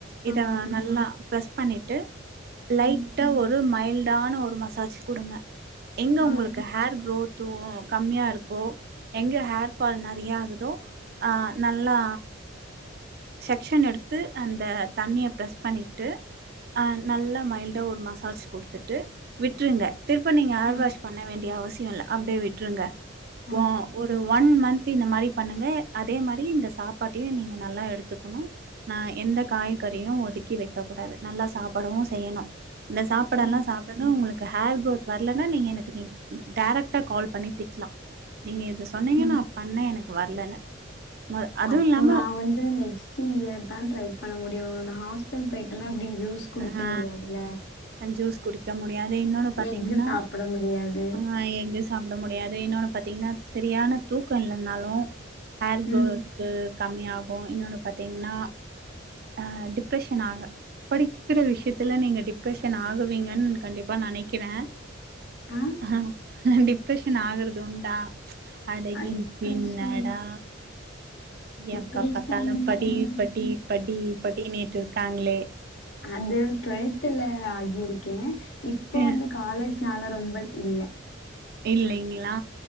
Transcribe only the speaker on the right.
இத
நல்லா ப்ரஸ் பண்ணிட்டு லைட்ட
ஒரு மைல்டான ஒரு மசாஜ் கொடுங்க எங்க
உங்களுக்கு ஹேர் குரோத் து கம்மியா இருக்கோ எங்க ஹேர் பால் நெறையா ஆகுதோ ஆ நல்லா செக்க்ஷன் எடுத்து அந்த தண்ணிய ப்ரெஸ் பண்ணிட்டு ஆ நல்லா மைல்டா ஒரு மசாஜ் கொடுத்துட்டு விட்ருங்க திருப்பி நீங்க ஹர்
வாஷ் பண்ண வேண்டிய அவசியம் இல்ல அப்டியே விட்டுருங்க
இன்னும் ஒரு ஒன் மந்த் இந்த மாரி பண்ணுங்க அதே மாரி இந்த சாப்பாட்டையும் நீங்க நல்லா எடுத்துகணும் நான் எந்த காய்கறியும் ஒதுக்கி வைக்க கூடாது நல்லா சாப்டவும் செய்யணும் இந்த சாப்பாடல்லாம்
சாப்டுங்க உங்களுக்கு ஹேர் கு்ரோத் வரலன்னா நீங்க எனக்கு நீங் டேரெக்ட்டா கால் பண்ணி திட்லாம் நீங்க இத சொன்னீங்க நா பண்ணேன் எனக்கு வரலன்னு மொத அதுவு
இல்லாம
ஆ
அஞ்சூஸ் குடிக்க முடியாது இன்னொன்னு பாத்தீங்ன்னா
ஆ எங்க சாப்ட முடியாது இன்னொன்னு பாத்தீங்கனா சரியான தூக்கம் இல்லனாலும் ஹேர் குரோத்
து கம்மியாகும் இன்னொன்னு பாத்திங்னா ஆ டிப்ரெஷன் ஆக படிக்கிற விஷயத்துல நீங்க டிப்ரஷன் ஆகுவீங்கன்னு கண்டிப்பா நெனக்கிறேன்
ஆ டிப்ரெஷன் ஆகுறது உண்டா ச் அடங்கி
பின்னடா
எப்ப பாத்தாலும் படி படி படி படினேட்டு இருக்காங்ளே
அ
இல்லைங்ளா